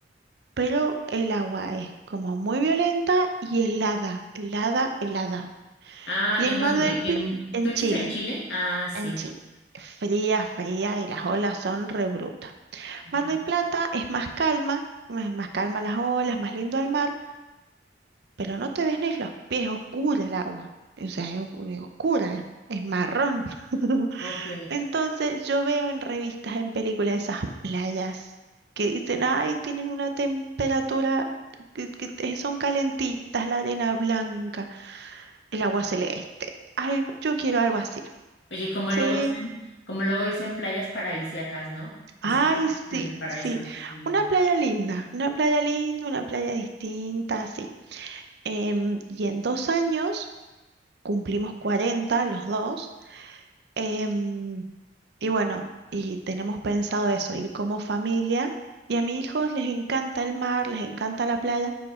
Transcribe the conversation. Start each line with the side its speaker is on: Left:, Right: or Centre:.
Right: pero el agua es como muy violenta y helada, helada, helada.
Left: Ah,
Right: Y
Left: ¿en
Right: el Mar
Left: dónde?
Right: del Plata,
Left: ¿En,
Right: en
Left: tú dices
Right: Chile,
Left: en Chile? Ah, sí.
Right: en Chile, fría, fría y las olas son re brutas.
Left: Ujú.
Right: Mar del Plata es más calma, más, más calma las olas, más lindo el mar, pero no te ves ni los pies, oscura el agua. O sea, es, ocu- es oscura, es, es marrón. <laughs>
Left: Ok.
Right: Entonces yo veo en revistas, en películas esas playas que dicen, ay, tienen una temperatura que, que te- son calentitas, la arena blanca, el agua celeste. Algo, yo quiero algo así.
Left: Oye, como
Right: Sí.
Left: luego dicen, como luego dicen playas paradisíacas, ¿no? Pues
Right: Ay,
Left: sí te sientes
Right: sí,
Left: en el paraíso.
Right: sí.
Left: Sí,
Right: Una playa linda, una playa linda, una playa distinta, sí. Em, y en dos años cumplimos 40 los dos. em, y bueno, y tenemos pensado eso, ir como familia. Y a mis hijos les encanta el mar, les encanta la playa,